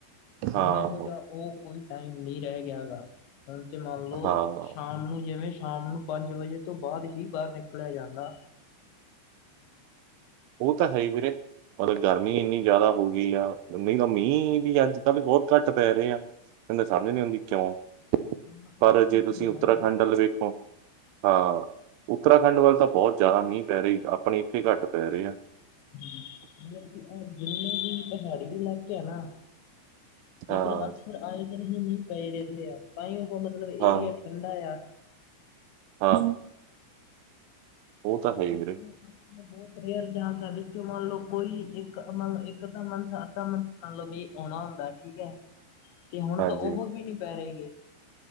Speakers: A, on the right; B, on the left.
A: ਹਾਂ,
B: ਹੁਣ ਇਹੋ ਜਿਹਾ ਉਹ ਕੋਈ ਟਾਈਮ ਨਹੀਂ ਰਹਿ ਗਿਆ ਗਾ, ਹੁਣ ਤੇ ਮੰਨ ਲਓ
A: ਹਾਂ
B: ਸ਼ਾਮ ਨੂੰ ਜਿਵੇਂ ਸ਼ਾਮ ਨੂੰ ਪੰਜ ਵਜੇ ਤੋਂ ਬਾਅਦ ਹੀ ਬਾਹਰ ਨਿਕਲਿਆ ਜਾਂਦਾ।
A: ਓ ਤਾਂ ਹੈ ਈ ਵੀਰੇ। ਮਤਲਬ ਗਰਮੀ ਇੰਨੀ ਜ਼ਿਆਦਾ ਹੋ ਗਈ ਆ, ਨਹੀਂ ਤਾਂ ਮੀਂਹ ਵੀ ਅੱਜ ਕੱਲ੍ਹ ਬਹੁਤ ਘੱਟ ਪੈ ਰਹੇ ਆ। ਮੈਨੂੰ ਸਮਝ ਨੀ ਆਉਂਦੀ ਕਿਉ।
B: ਹਾਂ, ਤਾਂ
A: ਪਰ
B: ਹੀ ਨਹੀਂ
A: ਜੇ ਤੁਸੀਂ
B: ਤੇ
A: ਉੱਤਰਾਖੰਡ
B: ਨਾ
A: ਵੱਲ ਵੇਖੋ ਹਾਂ ਉੱਤਰਾਖੰਡ ਵੱਲ ਤਾਂ ਬਹੁਤ ਜ਼ਿਆਦਾ ਮੀਂਹ ਪੈ ਰਹੀ ਆਪਣੇ ਇੱਥੇ ਘੱਟ ਪੈ ਰਹੇ ਆ।
B: <inaudible> ਜਿੰਨੇ ਵੀ ਪਹਾੜੀ ਇਲਾਕੇ ਆ ਨਾ
A: ਹਾਂ,
B: ਇੱਧਰ ਅਕਸਰ ਆਏ ਦਿ ਹੀ ਮੀਂਹ ਪਏ ਰਹਿੰਦੇ ਆ ਤਾਂਈ ਉਹ ਮਤਲਬ ਏਰੀਆ
A: ਹਾਂ,
B: ਠੰਡਾ ਆ।
A: ਹਾਂ। ਉਹ ਤਾਂ ਹੈ ਹੀ
B: ਆਪਣੇ
A: ਵੀਰੇ
B: ਆਪ ਬਹੁਤ ਰੇਅਰ ਜਾਂ ਵਿੱਚੋਂ ਮੰਨ ਲਓ ਕੋਈ ਇੱਕ- ਇੱਕ ਅੱਧਾ ਤਾਂ ਮੰਨ ਜਾਂ ਅੱਧਾ ਮੰਨ ਮੰਨ ਲੋ ਮੀਂਹ ਆਉਣਾ ਹੁੰਦਾ ਠੀਕ ਹੈ ਤੇ ਹੁਣ
A: ਹਾਂਜੀ।
B: ਤਾਂ ਉਹ ਵੀ ਨੀ ਪੈ ਰਹੇ ਗੇ।